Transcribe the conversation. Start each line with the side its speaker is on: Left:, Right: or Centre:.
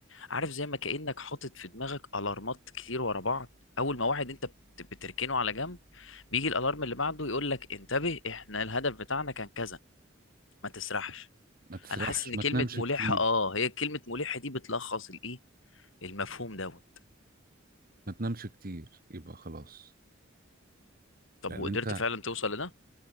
Left: عارف زي ما كانك حاطط في دماغك الارمات كتير ورا بعض اول ما واحد انت بت- بتركنه على جنب بيجي الالارم اللي بعده يقول لك انتبه احنا الهدف بتاعنا كان كذا ما تسرحش
Right: ما تسرحش
Left: انا حاسس ان
Right: ما
Left: كلمه
Right: تنامش
Left: ملحه
Right: كتير
Left: اه هي كلمه ملحه دي بتلخص الايه المفهوم دوت
Right: ما تنامش كتير يبقى خلاص
Left: طب
Right: لان
Left: وقدرت
Right: انت
Left: فعلا توصل لده